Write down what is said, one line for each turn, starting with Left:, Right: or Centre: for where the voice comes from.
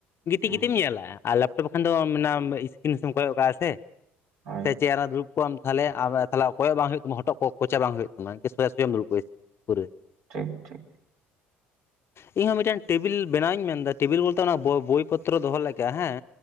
Left: ᱜᱤᱛᱤᱡ
Right: ᱦᱩᱸ
Left: ᱜᱤᱛᱤᱡ ᱮᱢ ᱧᱮᱞᱟ ᱟᱨ ᱞᱮᱯᱴᱚᱯ ᱠᱷᱟᱱ ᱫᱚ ᱢᱮᱱᱟᱢ ᱤᱥᱠᱤᱱ ᱥᱮᱫ ᱮᱢ ᱠᱚᱭᱚᱜ ᱠᱟᱜᱼᱟ ᱥᱮ,
Right: ᱦᱳᱭ
Left: ᱥᱮ ᱪᱮᱫ ᱚᱱᱟ ᱫᱩᱲᱩᱵ ᱠᱚ ᱟᱢ ᱛᱷᱟᱞᱮ ᱟᱢᱮ ᱛᱷᱟᱞᱮ ᱠᱚᱭᱚᱜ ᱵᱟᱝ ᱦᱩᱭᱩᱜ ᱛᱟᱢᱟ ᱦᱚᱴᱚᱜ ᱠᱚᱪᱮ ᱵᱟᱝ ᱦᱩᱭᱩᱜ ᱛᱟᱢᱟ ᱠᱮ ᱥᱳᱡᱟ ᱥᱳᱡᱟᱢ ᱫᱩᱲᱩᱵ ᱠᱚᱜᱼᱟ ᱯᱩᱨᱟᱹ᱾
Right: ᱴᱷᱤᱠ ᱴᱷᱤᱠ᱾
Left: ᱤᱧ ᱦᱚᱸ ᱢᱤᱫᱴᱮᱱ ᱴᱮᱵᱤᱞ ᱵᱮᱱᱟᱣᱤᱧ ᱢᱮᱱᱫᱟ ᱴᱮᱵᱤᱞ ᱵᱚᱞᱛᱮ ᱚᱱᱟ ᱵᱚ ᱵᱳᱭ ᱯᱚᱛᱨᱚ ᱫᱚᱦᱚ ᱞᱮᱠᱟ ᱦᱮᱸ